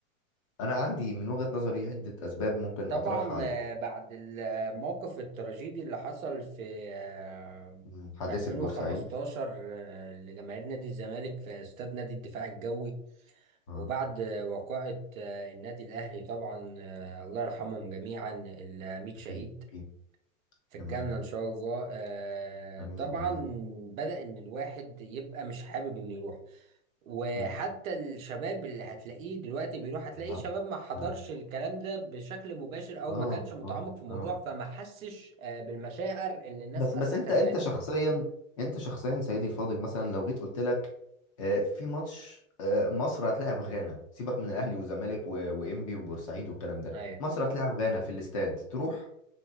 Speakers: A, on the left; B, on the right.
A: انا عندي من وجهة نظري عدة اسباب ممكن
B: طبعا
A: اطرحها عليك
B: آه، بعد الموقف التراجيدي اللي حصل في آه،
A: مم، حادثة
B: 2015
A: بورسعيد
B: آه، لجماهير نادي الزمالك في استاد نادي الدفاع الجوي
A: اه
B: وبعد آه، وقائع آه، النادي الأهلي طبعا آه، الله يرحمهم جميعا الميت
A: اكيد
B: شهيد
A: اكيد
B: في الجنة
A: تمام
B: إن شاء الله آه
A: امين
B: طبعا
A: امين
B: بدأ إن الواحد يبقى مش حابب إنه يروح وحتى
A: مم،
B: الشباب اللي هتلاقيه دلوقتي بيروح هتلاقيه
A: نعم
B: شباب ما حضرش
A: نعم
B: الكلام ده بشكل مباشر أو
A: اه
B: ما كانش متعمق
A: اه
B: في الموضوع
A: اه
B: فما حسش آه بالمشاعر اللي الناس
A: بس
B: حسيتها
A: بس انت انت
B: ساعتها
A: شخصيا انت شخصيا سيدي الفاضل مثلا لو جيت قلت لك آه، في ماتش آه، مصر هتلاعب غانا سيبك من الاهلي والزمالك و- وانبي وبورسعيد والكلام ده
B: أيوه
A: مصر هتلاعب غانا في الاستاد تروح